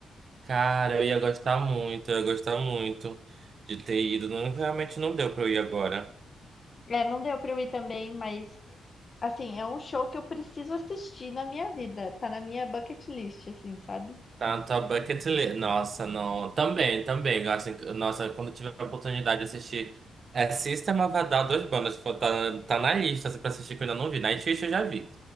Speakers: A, on the right; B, on the left.
A: Cara, eu ia gostar muito, eu ia gostar muito de ter ido. Não, realmente não deu pra eu ir agora.
B: É, não deu pra eu ir também, mas Assim, é um show que eu preciso assistir na minha vida. Tá na minha bucket list, assim, sabe?
A: Tá na tua bucket list. Nossa, não. Também, também. Gosto, nossa, quando tiver a oportunidade de assistir. É System of a Down, dois bandas. Tipo, tá, tá na lista assim, pra assistir que eu ainda não vi. Nightwish eu já vi.